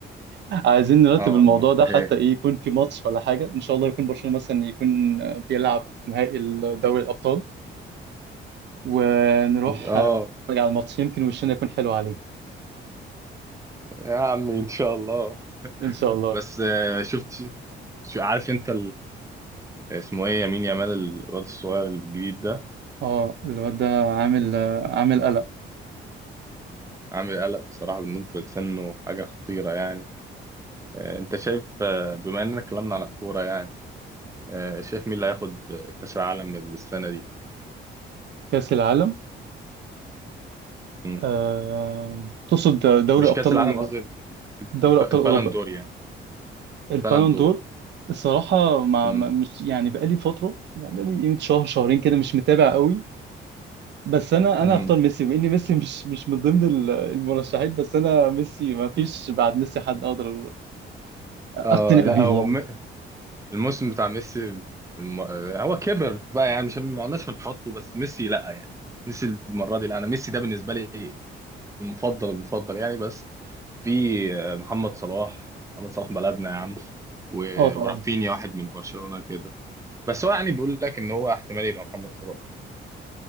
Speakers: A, on the right (about 60°); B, on the right (about 15°).
A: عايزين نرتب
B: اه والله
A: الموضوع ده حتى
B: ايه
A: ايه يكون في ماتش ولا حاجه ان شاء الله يكون برشلونه مثلا يكون آه، بيلعب في نهائي دوري الابطال ونروح
B: اه
A: آه، نتفرج على الماتش يمكن وشنا يكون حلو عليه
B: يا عم ان شاء الله
A: ان شاء الله
B: بس آه، شفت شو عارف انت اسمه ايه يمين يامال الواد الصغير الجديد ده
A: اه الواد ده عامل آه، عامل قلق
B: عامل قلق بصراحة بالنسبة لسنه حاجة خطيرة يعني آه، انت شايف آه، بما اننا اتكلمنا على الكورة يعني آه، شايف مين اللي هياخد آه، كأس العالم السنة دي
A: كاس العالم
B: مم.
A: آه، تقصد دوري
B: مش
A: ابطال
B: كأس العالم قصدي ال-
A: دوري
B: الب-
A: ابطال
B: البالندور
A: اوروبا
B: يعني
A: البالون
B: بالندور
A: دور الصراحه ما
B: مم.
A: ما- مش يعني بقالي فتره يعني بقالي قيمه شهر شهرين كده مش متابع قوي بس انا
B: مم.
A: انا هختار ميسي واني ميسي مش مش من ضمن ال- المرشحين بس انا ميسي ما فيش بعد ميسي حد اقدر
B: اه
A: اقتنع
B: لا
A: بيه
B: هو
A: يعني
B: م- الموسم بتاع ميسي الم... آه، هو كبر بقى يعني مش ما قلناش هنحطه بس ميسي لا يعني ميسي المرة دي لا انا ميسي ده بالنسبة لي المفضل المفضل يعني بس في آه، محمد صلاح محمد صلاح بلدنا يا عم و-
A: اه طبعا
B: ورافينيا واحد من برشلونة كده بس هو يعني بيقول لك ان هو احتمال يبقى محمد صلاح